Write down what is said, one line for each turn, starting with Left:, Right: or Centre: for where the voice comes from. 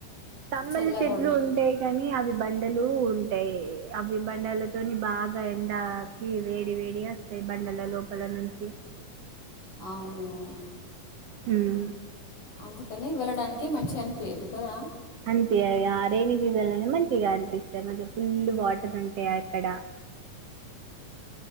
Right: కమ్మలి
Left: చల్లగా
Right: చెట్లు
Left: ఉండ
Right: ఉంటాయి కానీ అవి బం బండలు ఉంటయ్ అవి బండలతోని బాగా ఎండాకి వేడి వేడి వస్తాయి బన్ నండల లోపల నుంచి
Left: అవును
Right: హుమ్మ్
Left: అందుకని వెళ్ళడానికి మంచిగ అనిపీయదు కదా.
Right: అనిపియదు ఇగ రెైనీ సీజన్ లోనే మంచిగ అనిపిస్తాయి. మంచి ఫుల్ వాటర్ ఉంటాయ అక్కడ